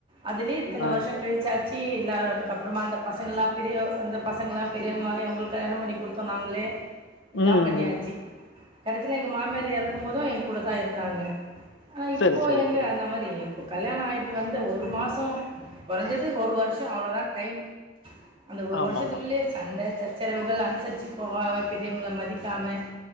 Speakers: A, on the right; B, on the left.
A: அதுலே இத்தன
B: ஆ
A: வர்ஷோ கழிச்சாச்சி இல்ல அதுக்கப்றமா அந்த பசங்கள்லா பெரிய அந்த பசங்களா பெரியவங்களாயி அவுங்களுக் கல்யாணோ பண்ணி குடு த்தோ நாங்ளே எல்லா
B: ம்
A: பண்ணியாச்சி
B: ம்
A: கடைசில எங்க மாமியார் எறக்கும்போது என்கூட தாருந்தாங்க ஆ இப்போ
B: சரி சரி
A: எங்க
B: சரிங்க
A: அந்த மாரி இப்ப கல்யாணோ ஆய்ட்டு வந்த ஒரு மாசோ கொறஞ்சது ஒரு வர்ஷோ அவ்ளதா டைம் அந்த ஒரு
B: ஆமாமா
A: வர்ஷத்துக்குள்ளே சண்ட சச்ச சரவுகள் ‌அனுசரிச்சு போகாம பெரியோங்கள மதிக்காம